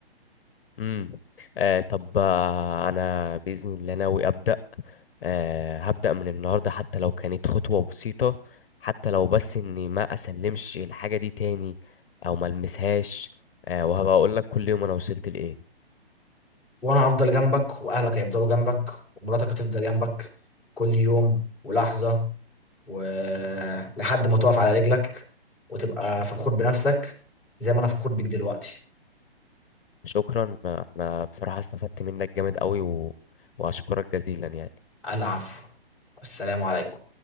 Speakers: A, on the left; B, in the centre.
A: امم آه طب آه، انا باذن الله ناوي ابدا آه هبدا من النهارده حتى لو كانت خطوه بسيطه حتى لو بس اني ما اسلمش الحاجه دي تاني او ما المسهاش آه وهبقى اقول لك كل يوم انا وصلت لايه
B: وانا هفضل جنبك واهلك هيفضلوا جنبك ومراتك هتفضل جنبك كل يوم ولحظة ولحد ما تقف على رجلك وتبقى فخور بنفسك زي ما انا فخور بيك دلوقتي
A: شكرا انا بصراحة استفدت منك جامد قوي و... واشكرك جزيلا يعني
B: العفو السلام عليكم